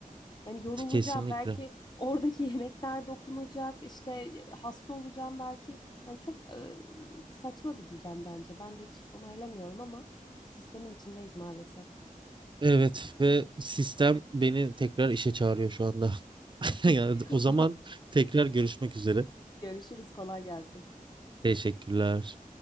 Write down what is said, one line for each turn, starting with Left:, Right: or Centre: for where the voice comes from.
Left: Yani yorulacağım
Right: Kesinlikle.
Left: belki oradaki <laughs> yemekler dokunacak işte hasta olacağım belki. Yani çok e, saçma bir düzen bence. Ben de hiç onaylamıyorum ama sistemin içindeyiz maalesef.
Right: Evet ve sistem beni tekrar işe çağırıyor şu anda. <laughs>
Left: <laughs>
Right: Yani o zaman tekrar görüşmek üzere.
Left: Görüşürüz kolay gelsin.
Right: Teşekkürler.